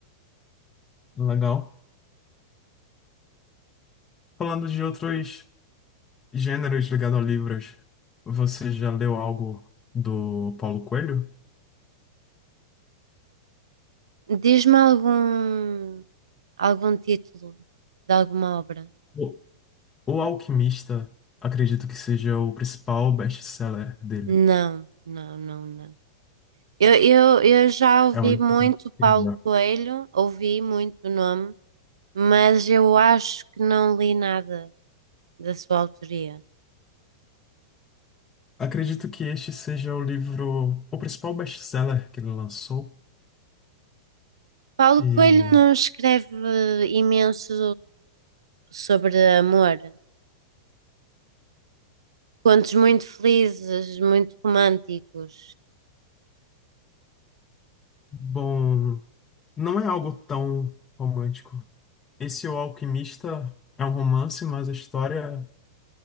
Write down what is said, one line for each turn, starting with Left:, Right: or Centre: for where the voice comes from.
Left: Legal. Falando de outros gêneros ligados a livros, você já leu algo do Paulo Coelho?
Right: Diz-me algum, algum título de alguma obra?
Left: O O Alquimista, acredito que seja o principal best-seller dele.
Right: Não, não, não, não. Eu, eu, eu já ouvi
Left: É um livro
Right: muito Paulo
Left: incrível.
Right: Coelho, ouvi muito o nome, mas eu acho que não li nada da sua autoria.
Left: Acredito que este seja o livro, o principal best-seller que ele lançou.
Right: Paulo
Left: E,
Right: Coelho não escreve imenso sobre amor. Contos muito felizes, muito românticos.
Left: bom, não é algo tão romântico. Esse O Alquimista é um romance, mas a história